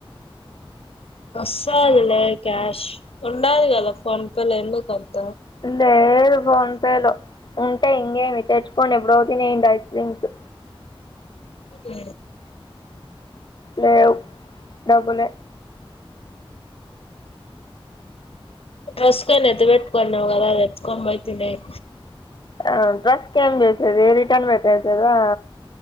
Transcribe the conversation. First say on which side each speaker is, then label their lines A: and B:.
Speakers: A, on the left; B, on the left.
A: వస్తదిలే క్యాష్ ఉండాలీ కదా ఫోన్పే లో ఎందుకంత
B: లేదు ఫోన్పే లో ఉంటే ఇంగేమి తెచ్చుకోడి ఎప్పుడో తినిండా ఐస్ క్రీమ్స్
A: అ
B: లేవ్ డబ్బులే
A: తెస్కొన్ ఎత్ పెట్టుకొన్నవ్ కద అది ఎత్కొబైతినేయ్
B: ఆ డ్రెస్ కెం చేసేది రిటర్న్ పెట్టేసేదా